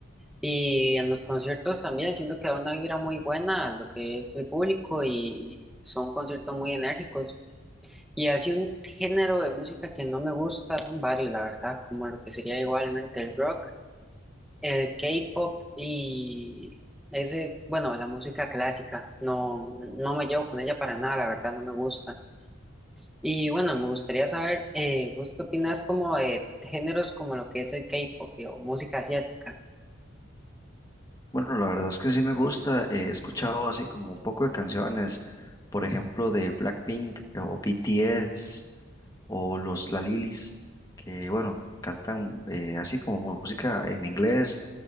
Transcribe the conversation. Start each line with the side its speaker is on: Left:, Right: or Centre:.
Centre: y en los conciertos también siento que da una vibra muy buena a lo que es el público y son conciertos muy enérgicos. Y así un género de música que no me gusta son varios, la verdad, como lo que sería igualmente el rock. El K-pop y ese, bueno, la música clásica, no, no me llevo con ella para nada, la verdad, no me gusta. Y bueno, me gustaría saber, eh, ¿vos qué opinas como de géneros como lo que es el K-pop y- o música asiática?
Left: Bueno, la verdad es que sí me gusta. eh, He escuchado así como un poco de canciones, por ejemplo, de Blackpink eh, o BTS o los La Lilis, que bueno, cantan eh, así como música en inglés,